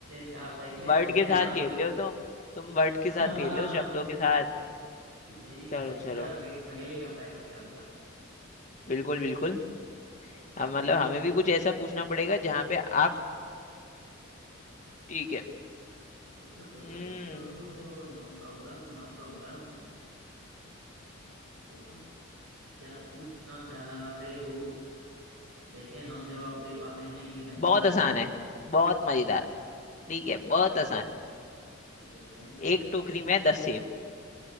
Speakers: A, on the right; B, on the left.
A: चारपाई पे
B: वर्ड
A: सोते
B: के
A: हैं
B: साथ
A: ना
B: खेल रहे हो तुम तुम वर्ड
A: <laughs>
B: के साथ
A: हाँ
B: खेल रहे हो शब्दों के साथ
A: यही तो
B: चलो
A: है भैया
B: चलो
A: फिर पहेली का फायदा क्या होगा ऐसे
B: बिल्कुल बिल्कुल हम
A: चलो
B: मतलब हमें भी कुछ ऐसा पूछना पड़ेगा जहाँ पे आप ठीक है
A: पूछो पूछो
B: हम्म
A: पूछो नो प्रॉब्लम नो प्रॉब्लम पूछो क्या पूछना चाहते हो देखें हम जवाब दे पाते हैं कि नहीं
B: बहुत आसान है बहुत मजेदार ठीक है
A: चलो
B: बहुत आसान
A: देखते हैं क्या
B: एक
A: है
B: टोकरी में दस सेब